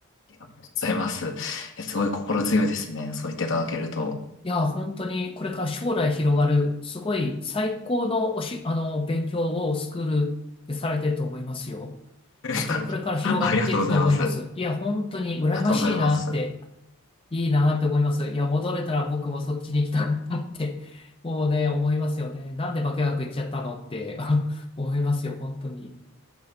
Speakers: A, on the left (about 55°); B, on the left (about 25°).
A: うございます。いや、すごい心強いですね。そう言っていただけると。
B: いや、本当にこれから将来広がる、すごい最高のおし、あの、勉強をスクールでされてると思いますよ。
A: <laughs>
B: えっと、これから広がっていくと思います。
A: ありがとうございます。あり
B: いや、本当に羨ましいなって。
A: がとうございます。
B: いいなって思います。いや、戻れたら僕もそっちに行きたかったって、もうね、思いますよね。なんで化学行っちゃったのって <laughs> 思いますよ、本当に。